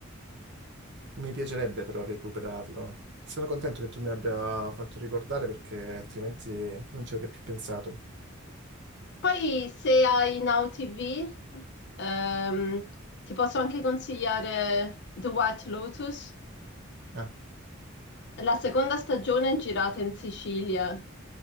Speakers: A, on the right; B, on the left.
A: Mi piacerebbe però recuperarlo. Sono contento che tu mi abbia fatto ricordare perché altrimenti non ci avrei più pensato.
B: Poi se hai Now TV, ehm, ti posso anche consigliare The White Lotus.
A: Ah,
B: La seconda stagione è girata in Sicilia